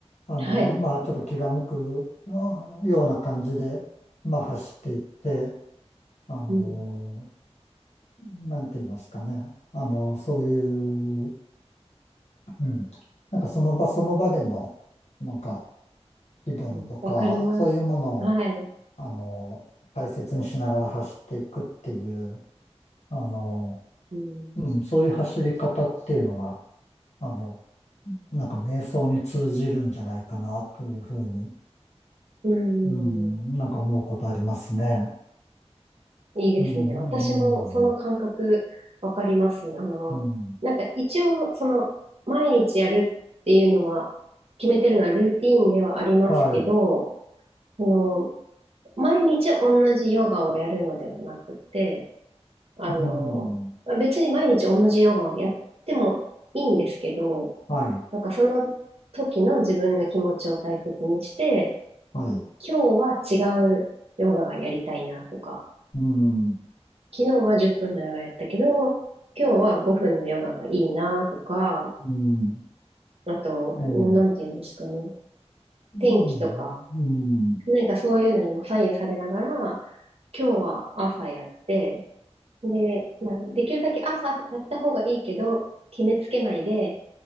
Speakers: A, on the left (about 80°); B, on the right (about 60°).
A: あの、
B: はい。
A: まあちょっと気が向くうんような感じで、まあ走っていって、あの、
B: うん、
A: なんて言いますかね。あの、そういう、うん、なんかその場その場での、
B: うん、
A: なんか気分とか、
B: うん。わかります。
A: そういうものを、
B: はい。
A: あの、大切にしながら走っていくっていう、あの、
B: うん、
A: うん、そういう走り方っていうのが、あの、なんか瞑想に通じるんじゃないかなというふうに、
B: うん。
A: うん、なんか思うことありますね。
B: いいですね。
A: うん、
B: 私もその感覚わかります。
A: うん、
B: あの、
A: うん。
B: なんか一応、その、毎日やるっていうのは、決めてるのはルーティーンではありますけど、
A: はい、
B: その、毎日同じヨガをやるのではなくて、あの、
A: うん、
B: 別に毎日同じヨガをやってもいいんですけど、
A: はい、
B: なんかその時の自分の気持ちを大切にして、
A: はい、
B: 今日は違うヨガがやりたいなとか、
A: うん、
B: 昨日は10分のヨガやったけど、今日は5分のヨガがいいなとか、
A: うん、
B: あと、
A: ええ、う
B: なんていうんですかね、
A: ん、
B: 天気とか、
A: うん、
B: なんかそういうのにも左右されながら、今日は朝やって、で、まあ、できるだけ朝やった方がいいけど、決めつけないで、